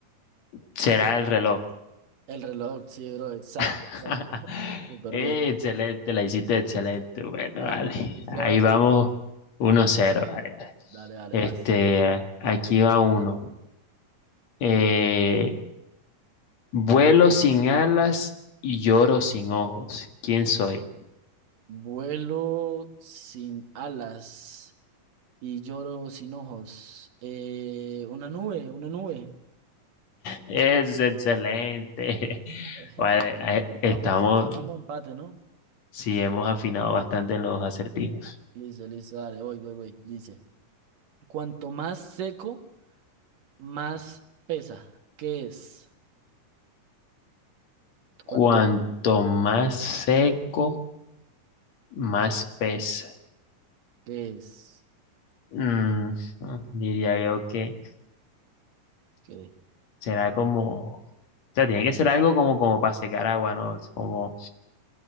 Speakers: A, on the left (about 55°); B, on the right (about 70°).
A: será el reloj.
B: El reloj, sí, bro. Exacto,
A: <laughs>
B: exacto. <laughs> Súper
A: Eh,
B: bien.
A: excelente, la hiciste excelente. Bueno,
B: Va,
A: vale,
B: va. entonces
A: ahí
B: llevas
A: vamos
B: uno.
A: uno cero vale, vale.
B: Dale, dale,
A: Este,
B: vas.
A: aquí va uno. Eh, Vuelo sin alas y lloro sin ojos. ¿Quién soy?
B: Vuelo sin alas y lloro sin ojos. Eh, una nube, una nube.
A: Es excelente. <laughs>
B: <laughs>
A: Vale,
B: Ey, dale,
A: eh,
B: Bro,
A: estamos,
B: Vamos, vamos a empate, ¿no?
A: sí, hemos afinado bastante en los acertijos.
B: Listo, listo, dale, voy, voy, voy. Dice, cuanto más seco, más pesa? ¿Qué es? ¿Cuánto
A: Cuanto más seco, más pesa.
B: qué es?
A: Mm, diría yo que
B: ¿Qué?
A: será como, o sea, tiene que ser algo como, como para secar agua, ¿no? Es Como